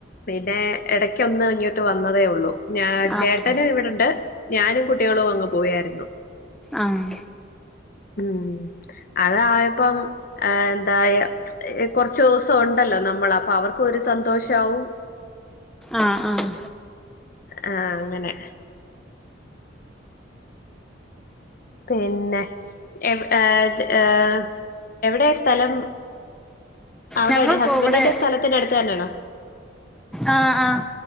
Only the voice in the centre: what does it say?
ആഹ്
ആഹ്
ആഹ് ആഹ്
ഞങ്ങൾക്കും
ഇവിടെ
ആഹ് ആഹ്.